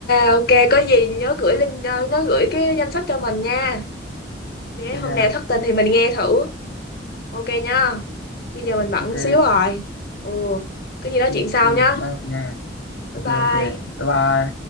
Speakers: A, on the left; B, on the left.
A: ok có gì nhớ gửi link ờ, nhớ gửi cái danh sách cho mình nha để
B: ok
A: hôm
B: nha
A: nào thất tình thì mình nghe thử ok nha bây giờ mình bận
B: ok
A: xíu rồi ừ có gì
B: ok
A: nói chuyện sau
B: ok bye
A: nhá
B: bạn nha
A: bye
B: ok
A: bye
B: ok bye bye